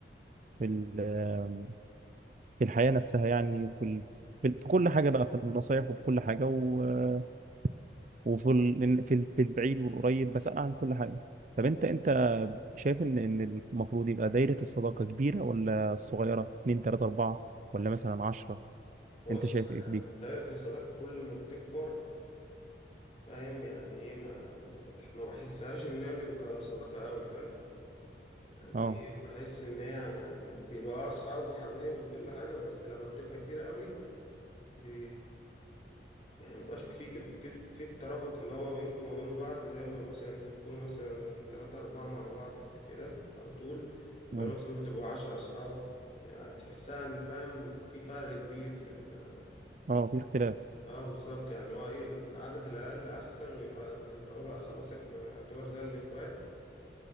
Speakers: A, on the right; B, on the left.
A: في ال- في الحياة نفسها يعني وفي ال- في ال- في كل حاجة بقى في النصايح وفي كل حاجة و- وفي ال- في ال- في البعيد والقريب بسألها عن كل حاجة طب انت انت شايف ان ان المفروض يبقى دايرة الصداقة كبيرة ولا صغيرة 2 3 4 ولا مثلا 10
B: بص
A: انت شايف ايه
B: يعني
A: في دي؟
B: دايرة الصداقة كل ما بتكبر فاهم يعني ايه ما ما, بتح... ما بحسهاش انها بيبقى صداقة قوي فاهم يعني
A: اه
B: ايه بحس ان هي يعني بيبقى اصحاب وحبايب وكل حاجة بس لما بتبقى كبيرة قوي بي... يعني ميبقاش في كت- في في الترابط اللي هو بينكم وما بين بعض زي ما مثلا انت تكونوا مثلا تلاتة أربعة مع بعض كده على طول لو
A: اه
B: مثلا ما تبقوا عشرة أصحاب يعني تحسها إن فاهم في فرق كبير في ال
A: اه في اختلاف
B: اه بالظبط يعني هو ايه العدد الأقل أحسن ويبقى من اللي هو بقى خلاص احنا يعتبر زي الإخوات